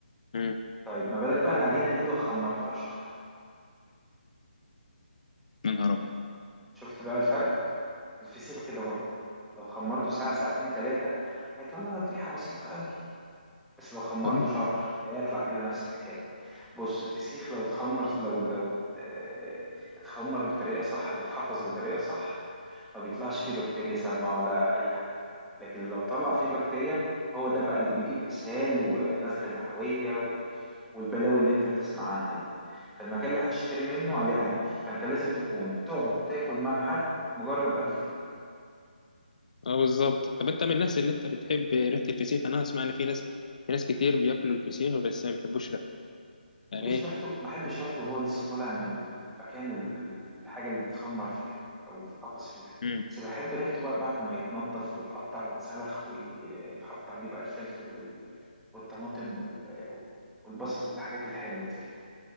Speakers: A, on the left; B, in the centre.
A: امم
B: طيب ما بالك بقى العجينة دي لو خمرتها شهر
A: يا نهار ابيض
B: شفت بقى الفرق الفسيخ كده برضه لو خمرته ساعة ساعتين تلاتة هيطلع لك ريحة بسيطة قوي بس لو خمرته
A: طيب.
B: شهر هيطلع كده نفس الحكاية بص الفسيخ لو اتخمر لو لو ات- اه، اتخمر بطريقة صح واتحفظ بطريقة صح ما بيطلعش فيه بكتيريا سامة ولا أي حاجة لكن لو طلع فيه بكتيريا هو ده بقى اللي بيجيب إسهال ونزلة معوية و... والبلاوي اللي أنت بتسمع عنها دي فالمكان اللي هتشتري منه عليه عامل فأنت لازم تكون تقعد تاكل مع حد مجرب قبل كده
A: اه بالظبط طب انت من الناس اللي انت بتحب ريحه الفسيخ انا اسمع ان في ناس في ناس كتير بياكلوا الفسيخ بس ما بيحبوش ريحته يعني
B: بحبش
A: ايه
B: ريحته ما بحبش ريحته وهو لسه طالع من المكان ال- ال- الحاجة اللي اتخمر فيها أو اللي اتقفص فيها
A: امم
B: بس بحب ريحته بقى بعد ما يتنضف ويتقطع ويتسلخ ويتحط عليه بقى الفلفل وال- والطماطم وال- والبصل والحاجات الحلوة دي كده